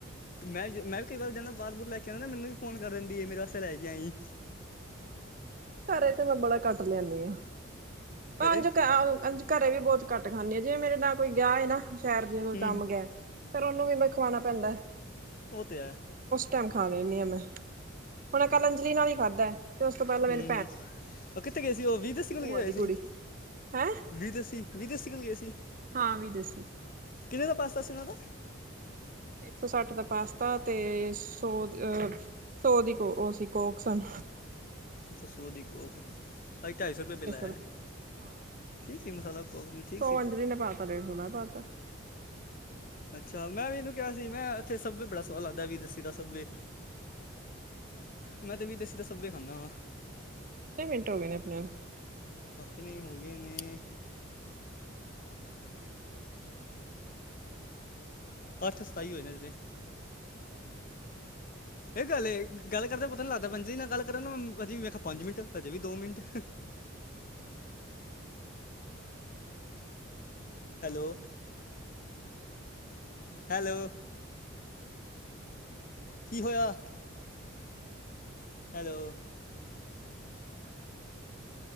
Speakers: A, on the left (about 45°); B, on the right (about 40°).
A: ਮੈਂ ਜ ਮੈਂ ਵੀ ਕਈ ਵਾਰ ਜਾਂਨਾ ਬਾਰ- ਬੁਰ ਲੈ ਕੇ। ਕਹਿੰਦਾ ਮੈਨੂੰ ਵੀ ਫੋਨ ਕਰ ਦਿੰਦੀ ਏ ਮੇਰੇ ਵਾਸਤੇ ਲੈ ਕੇ ਆਈ।
B: ਘਰੇ ਤੇ ਮੈਂ ਬੜਾ ਕੱਟ ਲਿਆਨੀ ਆ।
A: ਕਰੇ
B: ਅੰਜ ਤੇ ਆ ਅੰਜ ਘਰੇ ਵੀ ਬਹੁਤ ਘੱਟ ਖਾਂਨੀ ਆ। ਜਿਵੇਂ ਮੇਰੇ ਨਾਲ ਕੋਈ ਗਿਆ ਏ ਨਾ ਸ਼ਹਿਰ- ਸ਼ੁਰ ਜ ਕੋਈ
A: ਹੂੰ
B: ਕੰਮ ਗਿਆ ਫੇਰ ਉਹਨੂੰ ਵੀ ਮੈਂ ਖਵਾਣਾ ਪੈਂਦਾ।
A: ਓਹ ਤੇ ਹੈ।
B: ਟੈਮ ਖਾ ਲੈਣੀ ਆ ਮੈਂ। ਹੁਣ ਏ ਕੱਲ ਅੰਜਲੀ ਨਾਲ ਹੀ ਖਾਦਾ ਤੇ ਉਸ ਤੋਂ ਪਹਿਲਾਂ
A: ਹੂੰ
B: ਮੇਰੇ
A: ਹੂੰ ਉਹ ਕਿੱਥੇ ਗਏ ਸੀ? ਉਹ ਵਿ ਦੇਸੀ ਕੋਲ
B: ਭੂਆ
A: ਗਏ ਹੋਏ
B: ਦੀ
A: ਸੀ?
B: ਕੁੜੀ ਹੈਂ
A: ਵੀ ਦੇਸੀ- ਵੀ ਦੇਸੀ ਕੋਲ ਗਏ ਸੀ?
B: ਹਾਂ ਵੀ ਦੇਸੀ।
A: ਕਿੰਨੇ ਦਾ ਪਾਸਤਾ ਸੀ ਉਨਾਂ ਦਾ?
B: ਇੱਕ ਸੌ ਸੱਠ ਦਾ ਪਾਸਤਾ। ਤੇ ਸੋ ਅਹ ਸੋ ਦੀ ਉਹ ਸੀ ਕੋਕ ਸਨ।
A: ਅੱਛਾ। ਸੋ ਦੀ ਕੋਕ ਤਾਂਈ ਢਾਈ ਸੌ ਰੁਪਏ ਬਿੱਲ ਆਇਆ।
B: ਰੁਪਏ ਦਾ। ਹਾਂ
A: ਠੀਕ ਸੀ ਮਸਾਲਾ? ਕੋਕ ਵੀ ਠੀਕ
B: ਸੌ
A: ਸੀ?
B: ਅੰਜਲੀ ਨੇ ਪਾਤਾ ਡੇਢ ਸੌ ਮੈਂ ਪਾਤਾ
A: ਅੱਛਾ ਮੈਂ ਵੀ ਇਨੂੰ ਕਿਹਾ ਸੀ। ਮੈਂ ਇੱਥੇ ਸੱਭਵੈ ਬੜਾ ਸੋਹਾ ਲੱਗਦਾ ਵੀ ਦੇਸੀ ਦਾ ਸੱਭਵੈ। ਮੈਂ ਤੇ ਵੀ ਦੇਸੀ ਦਾ ਸਬਵੈ ਖਾਂਨਾ ਵਾ।
B: ਕਿਨੇ ਮਿੰਟ ਹੋ ਗਏ ਨੇ ਆਪਣੇਆਂ ਨੂੰ?
A: ਆਪਣੇ ਹੋ ਗਏ ਨੇ
B: ਸ਼ਕਰੀਆ ਜੀ <unintelligible>
A: ਅੱਠ ਸਤਾਈ ਹੋਏ ਨੇ ਅਜੇ ਤੇ। ਇਹ ਗੱਲ ਹੈ ਗੱਲ ਕਰਦਾ ਪਤਾ ਨ ਲੱਗਦਾ ਪੰਜ ਦੀ ਨਾਲ ਗੱਲ ਕਰ ਹਜੇ ਵੀ ਮੇਖਾ ਪੰਜ ਮਿੰਟ ਹਜੇ ਵੀ ਦੋ ਮਿੰਟ <unintelligible> ਹੈਲੋ। ਹੈਲੋ। ਕੀ ਹੋਯਾ? Hello